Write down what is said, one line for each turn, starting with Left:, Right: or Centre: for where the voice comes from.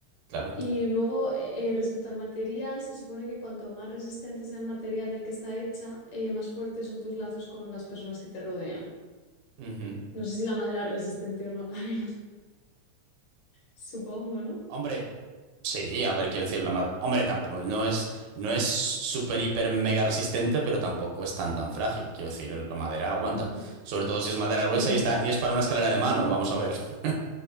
Right: Claro.
Left: Y luego, eh, eh, respecto al material, se supone que cuanto más resistente sea el material del que está hecha, eh, más fuertes son tus lazos con las personas que te rodean.
Right: Ujú.
Left: No sé si la madera es resistente o no, <laughs> la verdad. Supongo, ¿no?
Right: Hombre, sí, a ver, quiero decir, la madre. Hombre, tampoco, no es, no es súper, hiper, mega resistente, pero tampoco es tan, tan frágil. Quiero decir, la madera aguanta.
Left: Ujú,
Right: Sobre todo si es madera gruesa
Left: ujú,
Right: y está, y es para una escalera de mano, vamos a ver. <laughs>